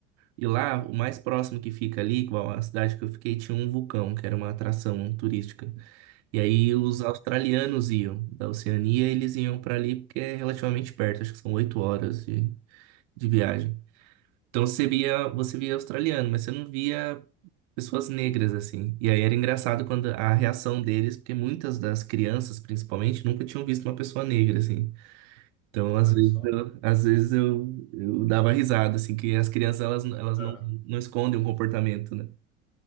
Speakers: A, on the right; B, on the left.
A: E lá, o mais próximo que fica ali, igual a cidade que eu fiquei, tinha um vulcão, que era uma atração turística. E aí os
B: Uhum.
A: australianos iam da Oceania, eles iam para ali porque é relativamente perto, acho que são oito horas de, de viagem. Então você via, você via australiano, mas você não via pessoas negras, assim. E aí era engraçado quando a reação deles, porque muitas das crianças, principalmente, nunca tinham visto uma pessoa negra, assim. Então,
B: Olha
A: às vezes,
B: só.
A: eu, às vezes eu, eu dava risada, assim, que as crianças, elas, elas
B: É,
A: não, não escondem um comportamento, né?